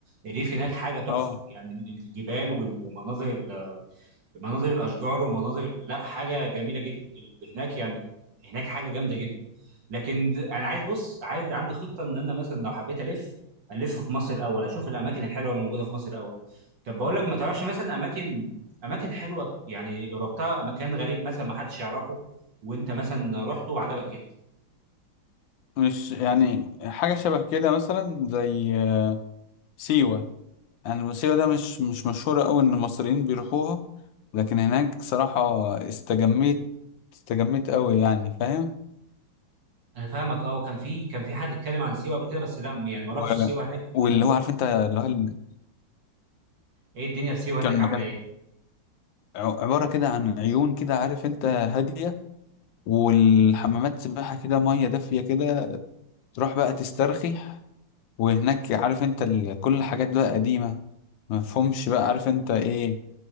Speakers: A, on the right; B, on the left.
A: الريف هناك حاجة تحفة
B: اه
A: يعني الجبال وال- والمناظر مناظر الاشجار ومناظر لا حاجه جميله جدا ال- هناك يعني هناك حاجه جامده جدا لكن د- انا عايز بص عايز عندي خطه ان انا مثلا لو حبيت الف الف في مصر الاول اشوف الاماكن الحلوه اللي موجوده في مصر الاول طب بقول لك ما تعرفش مثلا اماكن اماكن حلوه يعني رحتها مكان غريب مثلا ما حدش يعرفه وانت مثلا رحته وعجبك جدا
B: مش يعني حاجة شبه كده مثلا زي سيوة يعني الموسيقى ده مش مش مشهورة أوي إن المصريين بيروحوها لكن هناك صراحة استجميت استجميت أوي يعني فاهم
A: انا فاهمك اه وكان في كان في حد اتكلم عن سيوه قبل كده بس لا يعني ما
B: و...
A: رحتش سيوه هناك
B: واللي
A: مم.
B: هو عارف أنت اللي هو ال-
A: ايه الدنيا في سيوه
B: كان
A: هناك عامله
B: مكان
A: ايه
B: ع- عبارة كده عن عيون كده عارف أنت هادية والحمامات سباحة كده مية دافية كده تروح بقى تسترخي وهناك عارف أنت ال... كل الحاجات بقى قديمة مفهومش بقى عارف أنت إيه